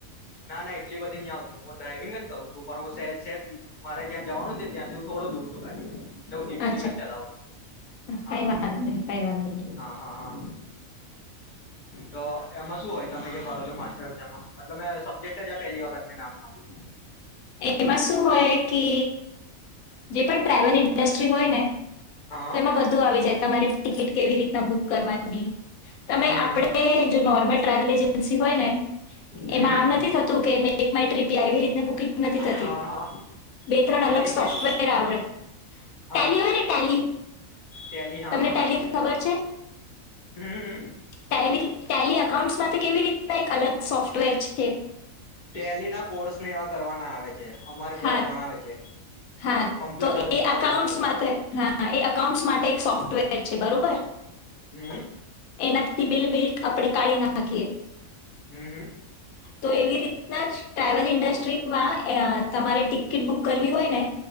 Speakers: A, on the left (about 50°); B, on the left (about 85°).
A: ના, ના એટલી બધી નહીં આવતી, હું ડ્રાઈવિંગ જ કરું છું પણ હું સે સે મારે જ્યાં જવાનું છે ત્યાંથી હું થોડો દૂર છું ખાલી. એટલે હું ધીમે
B: અચ્છા
A: ધીમે ચલાવું છું. હા,
B: કઈ વાંધો નહી કઈ વાંધો
A: હા, હા, હા. તો એમાં શું હોય તમે જે કરો છો માસ્ટરસ એમાં, મતલબ મે જેક્ટ જ આ પહેલી વખત મેં નામ સાંભળ્યું.
B: એમાં શું હોય કે જે પણ ટ્રાવેલ ઇન્ડસ્ટ્રી હોય ને
A: હા
B: તો એમાં બધું આવી જાય તમારે ટિકિટ કેવી રીતના બુક કરવાની, તમે
A: હમ
B: આપડ જો નોર્મલ ટ્રાવેલ એજન્સી હોય ને,
A: હમ
B: એમાં આમ નથી થતું કે એક માઇ ટ્ર્રીપ આવી રીત બુિંગ નથી થતી,
A: હા હા
B: બે ત્રણ અલગ
A: તો એ
B: સોફ્ટવેર
A: કેવું થાય એટલે
B: આવડે, ટેલી
A: હા
B: હોય ને ટેલી
A: ટેલી હા
B: તમને
A: હા
B: ટેલી ખબર છે.
A: હ હમ.
B: ટેલી અકાઉન્ટમાંથી કેવી રીતના એક અલગ સોફ્ટવેર છે. છે.
A: તેલી ના કોર્સ ને એવા કરવાના આવે છે. અમારે ત્યાં
B: હા
A: ભણાવ છે.
B: હા
A: કમ્પ્યુટરમાં
B: તો એ અકાઉન્ટ
A: એવું હોય
B: માટે
A: છે
B: હા એકાઉન્ડસ માટે એક સોફ્ટવેર છે બરોબર.
A: હમ.
B: એનાથી બિલ બિલ આપણેે કાઢી ના નાખીએ.
A: હમ હમ.
B: તો એવી રીતના જ ટ્રાવેલ ઇન્ડસ્ટ્રીમાં તમારે ટિકિટ બુક કરવી હોય ને.